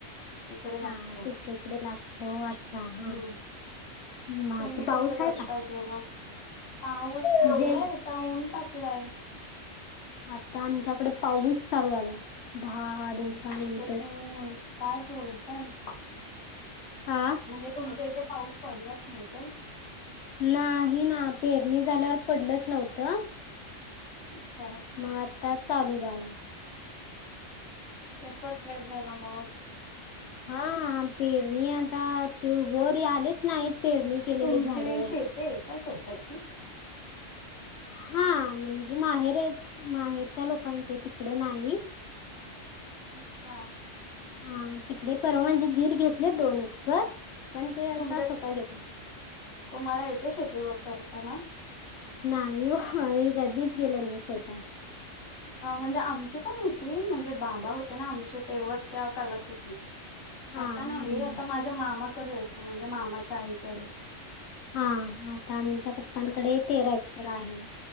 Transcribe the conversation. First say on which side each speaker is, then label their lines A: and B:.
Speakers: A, on the left; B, on the left.
A: इकडे
B: हा
A: लागत,
B: तिक इकडे लागतो अच्छा
A: हम्म.
B: हा बाकी
A: तुम्ही
B: पाऊस
A: कसं करता
B: आहे का
A: जेवण, पाऊस थांबलाय
B: म्हणजे
A: आता. ऊन टाकलय.
B: आता आमच्याकडे पाऊस चालू झालाय, दहा
A: <unintelligible>
B: दिवसानंतर
A: ऊन काय बोलताय.
B: हा.
A: म्हणजे तुमच्या इथे पाऊस पडलाच नाही काय?
B: नाही ना पेरणी झाल्यावर पडलंच नव्हतं.
A: अच्छा.
B: म आता चालू झाला.
A: खूपच लेट झाला मग.
B: हा. पेरणी आता, ते वर आलेच नाहीत. पेरणी केलेली
A: तुमची
B: झाड वर
A: शेती हाय का स्वतःची.
B: हा म्हणजे माहेर आहेत माहेरच्या लोकांचे तिकड नाही.
A: अच्छा.
B: हा तिकडे परवा म्हणजे दीर घेतले दोन एकर, पण ते आता
A: तुमच्यात
B: स्वतः घेतले.
A: तुम्हाला येते शेती व करताना?
B: नाही हो. मी कधीच गेले नाही शेतात.
A: अ म्हणजे आमची पण होती. म्हणजे बाबा होते ना आमचे तेव्हा त्या कालात होती.
B: हा
A: आता
B: आम्ही
A: नाहीए. आता माझ्या मामाकडे असते. म्हणजे मामाच्या आईकडे.
B: हा. आता आमच्या पप्पांकडे तेरा एकर आहे.